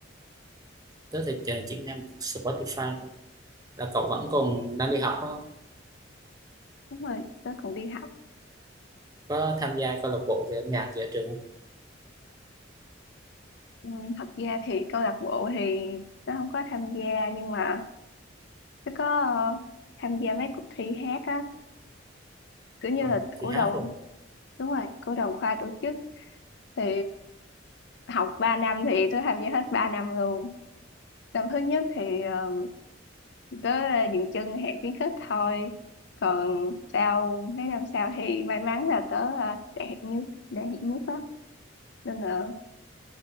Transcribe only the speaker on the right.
tớ thì chỉ chỉ nghe Spotify thôi là cậu vẫn còn đang đi học đúng không
có tham gia câu lạc bộ về âm nhạc gì ở trường không
Ờ,
thì
hát
không